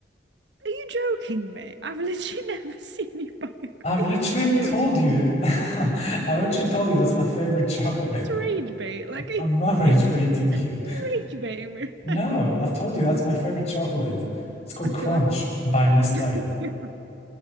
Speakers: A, on the right (about 80°); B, on the left (about 40°).
A: Are you joking me? I've literally <laughs> never seen you buy a. car.
B: I've
A: Are
B: literally
A: you being
B: told
A: serious?
B: you. <laughs> I've literally told you that's my favorite chocolate.
A: That's rage bait.
B: <laughs>
A: Like, are you,
B: I'm not rage
A: <laughs> are
B: baiting you.
A: you rage baiting me?
B: No,
A: <laughs>
B: I've told you that's my favorite chocolate. It's called
A: I
B: Crunch
A: feel like I'm.
B: by Nestle.
A: <laughs> I